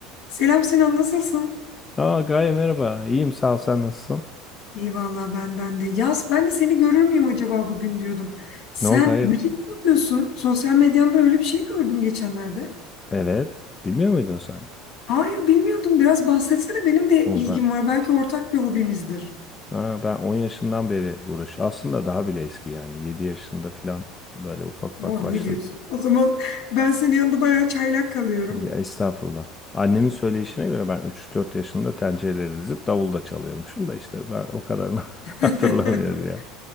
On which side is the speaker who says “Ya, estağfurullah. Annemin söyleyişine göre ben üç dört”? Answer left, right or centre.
Left